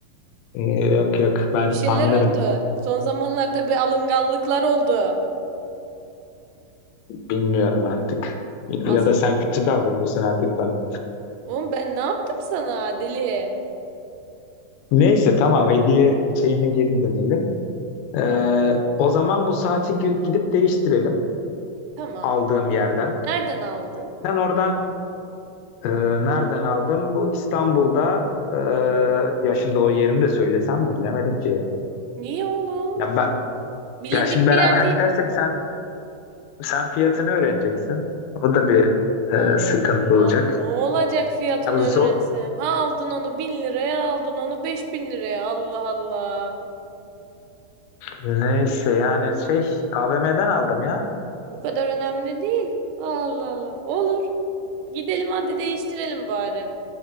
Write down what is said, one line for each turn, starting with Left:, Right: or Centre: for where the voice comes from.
Left: Ee, yok yok ben
Right: Bir şeyler
Left: anlarım.
Right: oldu. Son zamanlarda bir alınganlıklar oldu.
Left: Bilmiyorum artık.
Right: Asıl.
Left: Ya da sen kötü davranıyorsun artık bana.
Right: Oğlum ben ne yaptım sana deli?
Left: Neyse tamam hediye şeyine geri dönelim. Ee,
Right: Tamam.
Left: o zaman bu saati gü- gidip değiştirelim
Right: Tamam.
Left: aldığım yerden.
Right: Nereden aldın?
Left: Sen oradan Ee, nereden aldım? Bu İstanbul'da e, ya şimdi o yerini de söylesem mi bilemedim ki.
Right: Niye oğlum?
Left: Ya ben
Right: Bilindik
Left: ya şimdi beraber
Right: bir yer değil
Left: <laughs> gidersek
Right: mi?
Left: sen sen fiyatını öğreneceksin. O da bir e,
Right: Oldu
Left: sıkıntı
Right: ya.
Left: olacak.
Right: Ne olacak fiyatını
Left: Ya bu zor
Right: öğrensem? Ha aldın onu 1000 liraya, aldın onu 5000 liraya. Allah Allah.
Left: neyse yani şey AVM'den aldım ya.
Right: Bu kadar önemli değil. Allah Allah. Olur. Gidelim hadi değiştirelim bari.